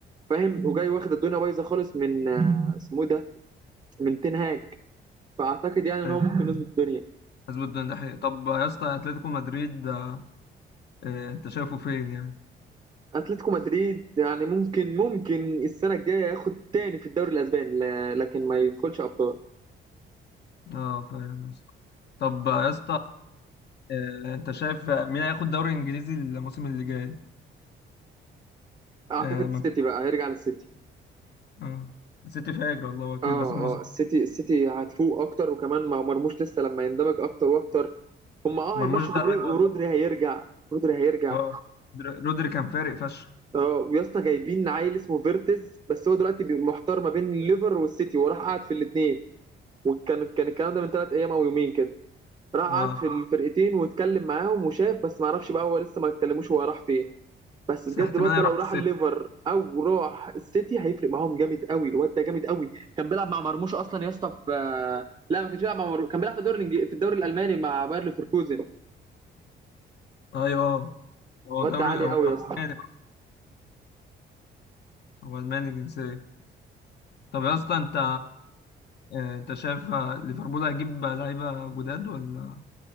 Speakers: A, on the right; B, on the left.
A: فاهم وجاي واخد الدنيا بايظه خالص من آه، اسمه إيه ده من تين هاج فاعتقد يعني ان
B: ايوه
A: هو ممكن يظبط الدنيا
B: حسب الدنيا ده حقيقي طب يا اسطى اتلتيكو مدريد آه، انت شايفه فين يعني
A: اتلتيكو مدريد يعني ممكن ممكن السنه الجايه ياخد تاني في الدوري الاسباني ل- لكن ما يدخلش ابطال
B: اه فاهم يا اسطى. طب يا اسطى آه، انت شايف مين هياخد دوري انجليزي الموسم اللي جاي
A: اعتقد
B: اه
A: السيتي
B: م-
A: بقى هيرجع للسيتي
B: آه. السيتي فاجر والله وكيل
A: اه
B: بس الموسم
A: اه السيتي السيتي هتفوق اكتر وكمان مع مرموش لسه لما يندمج اكتر واكتر هم اه
B: مرموش
A: هيمشوا دي
B: ده
A: بروين
B: لعيب
A: ورودري
B: والله
A: هيرجع رودري هيرجع
B: اه در- رودري كان فارق فشخ
A: اه ويا اسطى جايبين عيل اسمه فيرتز بس هو دلوقتي بي- محتار ما بين الليفر والسيتي وراح قعد في الاثنين وكان كان الكلام ده من ثلاث ايام او يومين كده راح
B: اه
A: قعد في الفرقتين واتكلم معاهم وشاف بس ما اعرفش بقى هو لسه ما اتكلموش هو راح فين بس
B: بس
A: بجد
B: احتمال
A: الواد
B: هيروح
A: ده لو راح
B: السيتي
A: الليفر او راح السيتي هيفرق معاهم جامد قوي الواد ده جامد قوي كان بيلعب مع مرموش اصلا يا اسطى في لا ما كانش بيلعب مع مرموش كان بيلعب في الدوري الإنجلي- في الدوري الالماني مع باير ليفركوزن
B: ايوه آه. هو
A: الواد
B: دوري
A: ده عالي
B: هو
A: قوي يا اسطى
B: الماني أصلاً، هو الماني الجنسية طب يا اسطى انت آه، انت شايف آه، ليفربول هيجيب لعيبة جداد ولا